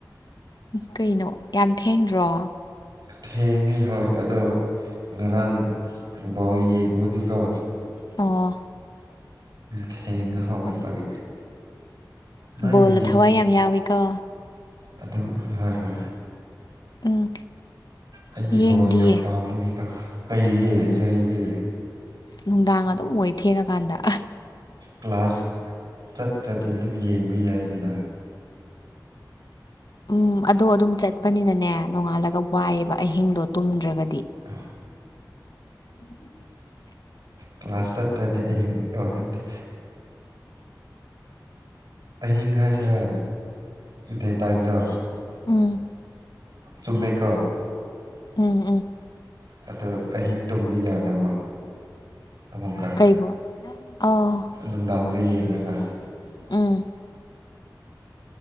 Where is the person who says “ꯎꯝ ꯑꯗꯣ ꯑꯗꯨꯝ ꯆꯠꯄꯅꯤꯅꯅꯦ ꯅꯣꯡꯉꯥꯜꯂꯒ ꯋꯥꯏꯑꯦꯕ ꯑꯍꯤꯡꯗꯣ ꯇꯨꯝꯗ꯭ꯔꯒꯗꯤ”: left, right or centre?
Left